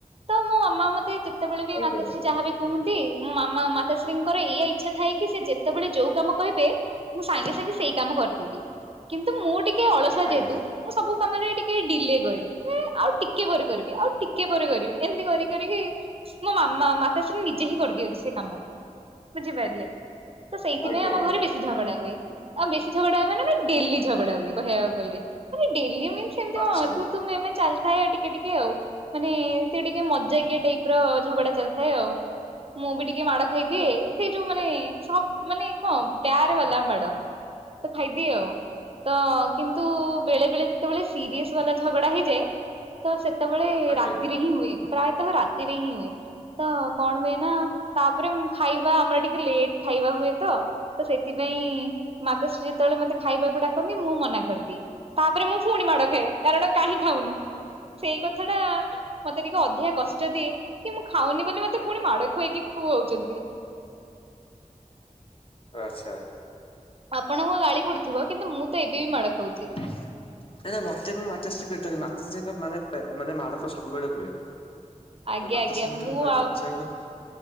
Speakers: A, on the right (about 45°); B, on the left (about 45°).
A: ତ ମୋ ମାମା ମତେ ଯେତେବେଳେ ବି
B: ଆଜ୍ଞା
A: ମାତାଶ୍ରୀ ଯାହାବି କୁହନ୍ତି ମୋ ମାମା ମାତାଶ୍ରୀଙ୍କର ଏଇଆ ଇଚ୍ଛା ଥାଏ କି ସେ ଯେ ଯେତେବେଳେ ଯୋଉ କାମ କହିବେ ମୁଁ ସାଙ୍ଗେ ସାଙ୍ଗେ ସେଇ କାମ କରିଦେବି କିନ୍ତୁ ମୁଁ ଟି ଟିକେ ଅଳସୁଆ
B: ଆଜ୍ଞା ଆଜ୍ଞା
A: ଯହେତୁ ମୁଁ ସବୁ କାମରେ ଟିକେ ଟିକେ ଡିଲେ କରେ ଏ ଆଉ ଟିକେ ପରେ କରିବି ଆଉ ଟିକେ ପରେ କରିବି ଏମିତି କରି କରିକି ମୋ ମାମା ମାତାଶ୍ରୀ ନିଜେ ହିଁ କରିଦିଅନ୍ତି ସେ କାମ ବୁଝିପାରିଲେ। ତ ସେଇଥିପାଇଁ
B: ଆଜ୍ଞା
A: ଆମ ଘରେ ବେଶୀ ଝଗଡା ହୁଏ। ଆଉ ବେଶୀ ଝଗଡା ହୁଏ ମାନେ <unintelligible> ଡେଲି ଝଗଡା ହୁଏ କହିବାକୁ ଗଲେ ମାନେ ଡେଲି ମିନ୍ସ ଏମିତି
B: ଆଚ୍ଛା
A: କଣ ତୁ ତୁ ମେ ମେ ଚାଲିଥାଏ ଟିକେ ଟିକେ ଆଉ ମାନେ ସେ ଟିକେ ମଜା କିଆ ଟାଇପ୍ ଝଗଡା ଚାଲିଥାଏ ଆଉ ମୁଁ ବି ଟିକେ ମାଡ ଖାଇଦିଏ ସେ ଯୋଉ ମାନେ ସ ମାନେ ହଁ ପ୍ୟାର ବାଲା ମାଡ। ତ ଖାଇଦିଏ ଆଉ ତ କିନ୍ତୁ ବେଳେ ବେଳେ ଯେତେବେଳେ ସିରିଅସ ବାଲା ଝଗଡା ହେଇଯାଏ ତ ସେତେବେଳେ
B: ଆଜ୍ଞା
A: ରାତିରେ ହିଁ ହୁଏ ପ୍ରାୟତଃ ରାତିରେ ହିଁ ହୁଏ। ତ କଣ ହୁଏ ନା ତାପରେ ଖାଇବା ଆମର ଟିକେ ଲେଟ୍ ଖାଇବା ହୁଏ ତ। ତ ସେଥିପାଇଁ ମାତାଶ୍ରୀ ଯେତେବେଳେ ମତେ ଖାଇବାକୁ ଡା କନ୍ତି ମୁଁ ମନା କରିଦିଏ ତାପରେ ମୁଁ ପୁଣି ମାଡ ଖାଏ କାରଣ କାହିଁ ଖାଉନୁ।
B: ହୁଁ ହୁଁ।
A: ସେଇ କଥା ଟା ମତେ ଟିକେ ଅଧିକା କଷ୍ ଯଦି କି ମୁଁ ଖାଉନି ବୋଲି ମତେ ପୁଣି ମାଡ ଖୁଏଇକି ଖୁଅଉଚନ୍ତି।
B: ଆଚ୍ଛା।
A: ଆପଣଙ୍କୁ ଗାଳି ପଡୁଥିବ କିନ୍ତୁ ମୁଁ ତ ଏବେ ବି ମାଡ ଖାଉଛି।
B: ନାଇଁ ନାଇଁ ମତେ ମୁଁ ମାଚଶ୍ରୀ ପେଟଛି ମାଚଶ୍ରୀ ମାନେ ମାନେ ମାଡ ତ ସବୁବେଳେ ହୁଏ।
A: ଆଜ୍ଞା
B: ତ ମାତାଶ୍ରି
A: ଆଜ୍ଞା ମୁଁ
B: ମାନେ
A: ଆଉ
B: ପହଞ୍ଚେଇିବାକୁ